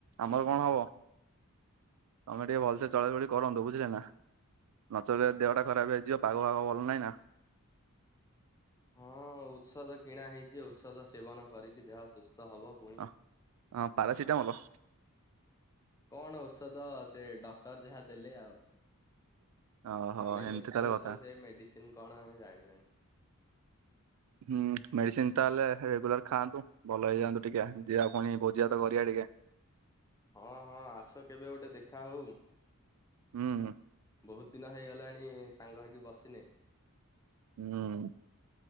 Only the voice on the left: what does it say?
ହଁ ଔଷଧ କିଣା ହେଇଛି ଔଷଧ ସେବନ କରିକି ଦେହ ସୁସ୍ଥ ହବ। ପୁଣି।
କଣ ଓଷଧ ସେ ଡକ୍ଟର ଯାହା ଦେଲେ ଆଉ
ଆମେ
ମୂର୍ଖ
ଲୋକ
ସେ ମେଡିସିନ କଣ ଆମେ ଜାଣିନାହିଁ?
ହଁ ହଁ ଆସ କେବେ ଗୋଟେ ଦେଖା ହଉ?
ବହୁତ ଦିନ ହେଇଗଲାଣି ସାଙ୍ଗ ହେଇକି ବସିନେ।